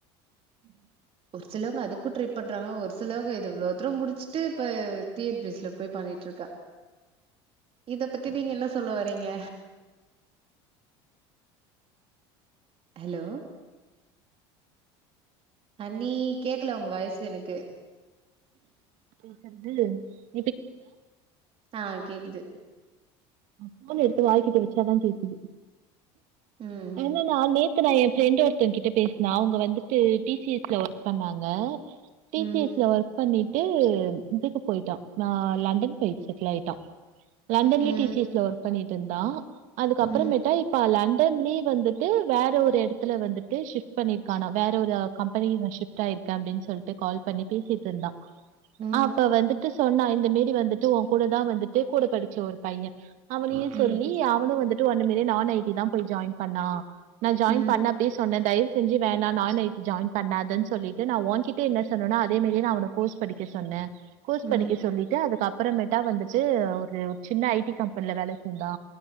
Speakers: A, on the right; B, on the right.
A: உம்
B: சிலவுங்க அதுக்கு ட்ரை பண்றாங்க ஒரு சிலவுங் இது இவ்ளோ தூரொ முடிச் டு இப்ப T N P S C ல போய் பண்ணிட்ருக்கா இத பத்தி நீங்க என்ன சொல்ல வரீங்க ஹெலோ அண்ணி கேக்கல உங்க வாய்ஸு எனக்கு
A: <unintelligible>
B: ஆ கேக்குது
A: அ ஃபோன் எடுத்து வாய்கிட்ட வெச்சாதா கேக்குது
B: ம்
A: என்னனா நேத் த்து நா ஏ ஃப்ரெண்டு ஒருத்தங்கிட்ட பேசுன அவ்ங்க வந்துட்டு டி சி எஸ் ல ஒர்க் பண்ணாங்க டி
B: ம்
A: சி எஸ் ல ஒர்க் பண்ணிட் ட்டு இதுக்கு போயிட்டா நா லண்டன் போய்ட் செட்டில் ஆயிட்டா லண்டன்லே
B: ம்
A: டிஸ் சி எஸ் ல ஒர்க் பண்ணிட் ட்ருந்தா அதுக்கு
B: ம்
A: அப்றமேட்டா இப்ப லண் டன்லே வந்துட்டு வேற ஒரு எடத்துல வந்துட்டு ஷிஃப்ட் பண்ணிருக்கானா வேற ஒரு கம்பெனில ஷிஃப்ட் ஆயிருக்க அப்டின் சொல்ட்டு கால் பண்ணி பேசிட்ருந்தா
B: ம்
A: அப்ப வந்துட்டு சொன்னா இந்த மேரி வந்துட்டு ஓங் கூட தா வந்துட்டு கூட படிச்ச ஒரு பைய அவனையு
B: ம்
A: சொல்லி அவனு வந்துட் டு அந்த மேரி நான் ஐ டி தா போய் ஜாயின் பண்ணா நா ஜாயின்
B: ம்
A: பண்ணப்பயே சொன்ன தயவு செஞ்சு வேணா நான் ஐ டி ஜாயின் பண்ணாதன் சொல்லிட்டு நா ஓங்கிட்டே என்ன சொன்னனோ அதே மேரியே நா அவன கோர்ஸ் படிக்க சொன்ன கோர்ஸ்
B: ம்
A: படிக்க சொல்லிட்டு அதுக்கு அப்பறமேட்டா வந்துட்டு ஒரு து ஒரு சின்ன ஐ டி கம்பெனில வேலைக் சேந்தா